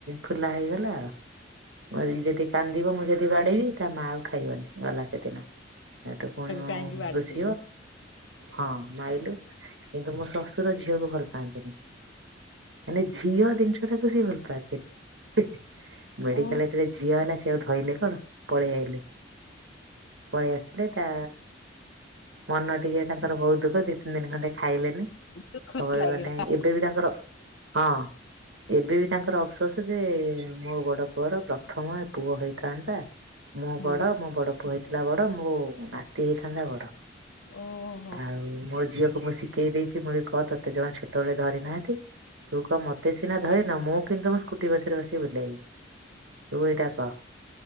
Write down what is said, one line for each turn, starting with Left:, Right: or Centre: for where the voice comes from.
Right: ଫୁଲା ହେଇଗଲା ଆଉ। ଯଦି କାନ୍ଦିବ ମୁଁ ଯଦି ବାଡେଇବି ତା ମା ଆଉ ଖାଇବନି ଗଲା ସେଦିନ। ଏଟା ପୁଣି ମୁଁ
Left: କାହିଁକି ବାଡେଇଲୁ?
Right: ଋସି ହଁ ମାଇଲୁ କିନ୍ତୁ ମୋ ଶ୍ୱଶୁର ଝିଅକୁ ଭଲ ପାଆନ୍ତିନି। ମାନ ଝିଅ ଜିନିଷ ଟାକୁ ସେ ଭୁଲ ପାଆନ୍ତିନି। ମେଡ଼ିକାଲ୍
Left: ଓ
Right: ରେ ଯେତେବେଳେ ଝିଅ ହେଲା ସେ ସେ ଆଉ ଧଇଲେ କଣ ପଳେଇ ଆଇଲେ ପଳେଇ ଆସିଲେ ତା ମନ ଟିକେ ତାଙ୍କର ବହୁତ୍ ଦୁଃଖ ଦି ତିନି ଦିନ ଖଣ୍ଡେ। ଖାଇଲେନି ସବୁବେଳେ
Left: ଦୁଃଖ ଲାଗିଲା
Right: ମାନେ ଏବେ ବି ତାଙ୍କର ହଁ। ଏବେ ବି ତାଙ୍କର ଅଫସୋସ ଯେ ମୋ ବଡ ପୁଅର ପ୍ରଥମ ପୁଅ ହେଇଥାନ୍ତା। ମୁଁ
Left: ହଁ
Right: ବଡ
Left: ହଁ
Right: ମୋ ବଡ ପୁଅ ହେଇଥିଲା ବଡ ମୋ ନାତି ହେଇଥାନ୍ତା ବଡ।
Left: ଓ ହୋ
Right: ଆଉ ମୋ ଝିଅକୁ ମୁଁ ଶିଖେଇ ଦେଇଛି ମୁଁ ବି କହ ତୋତେ ଜଣ ଛୋଟବେଳେ ଧରି ନାହାନ୍ତି। ତୁ କହ ମତେ ସିନା ଧରିନ ମୁଁ କିନ୍ତୁ ମୁ ସ୍କୁଟି ବସରେ ବସିକି ବୁଲେଇବି। ତୁ ଏଇଟା କହ।